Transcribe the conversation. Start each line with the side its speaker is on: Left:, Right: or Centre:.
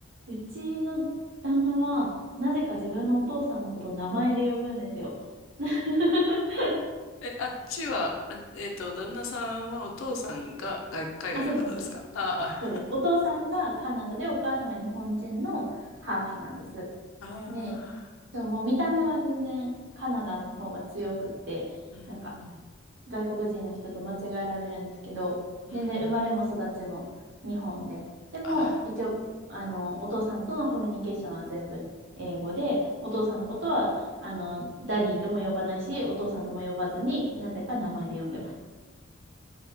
Right: うちの旦那は、なぜか自分のお父さんのことを名前で呼ぶんですよ。<laughs>
Left: え、あっちは、あえっと、旦那さんはお父さんが外、海外の方ですかあ
Right: あ、そうそうそうそう。そうです。お父さんがカナダで、お母さんが日本人のハーフなんです。
Left: あ。<laughs> あ
Right: ね、
Left: あ、
Right: でももう見た目は全然カナダの方が強くって、
Left: うん、
Right: なんか外国人の人と間違えられるんですけど、
Left: うん、
Right: 全然生まれも育ちも日本で。
Left: うん。
Right: でも、
Left: あ、
Right: 一応、あの、お父さんとのコミュニケーションは全部英語で、お父さんのことは、あの、ダディとも呼ばないし、お父さんとも呼ばずになぜか名前で呼んでます。